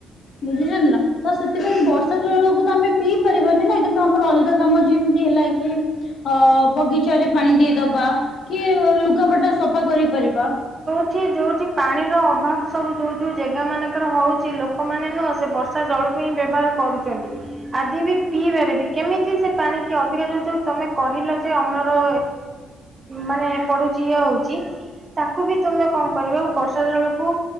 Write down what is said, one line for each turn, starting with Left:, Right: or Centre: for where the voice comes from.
Left: ବୁଝିଛନ୍ତି ନା ତ ସେଥିପାଇଁ ବର୍ଷା ଜଳକୁ ତ ଆମେ ପିଇ ପାରିବାନି। ନାଇଁ କିନ୍ତୁ ଆମର ଅଲଗା କାମ ଯେମତି ହେଲା କି ଅ ବଗିଚାରେ ପାଣି ଦେଇଦବା କି ଲୁଗାପଟା ସଫା କରିପାରିବା।
Right: ଏଠି ଯୋଉଠି ପାଣିର ଅଭାବ ସବୁ ଯୋଉ ଯୋଉ ଜାଗା ମାନଙ୍କର ହଉଛି ଲୋକମାନେ ନୁହଁ ସେ ବର୍ଷ ତା ଜଳକୁ ହିଁ ବ୍ୟବହାର କରୁଛନ୍ତି। ଆଦି ବି ପିଇବାରେ ବି କେମିତି ସେ ପାଣିକି ଅଧିକା ଯ ତମେ କହିଲ ଯେ ଅମ୍ଳର ମାନେ ପଡୁଛି ଇଏ ହଉଛି ତାକୁ ବି ତମେ କଣ କରିବ ବର୍ଷା ଜଳକୁ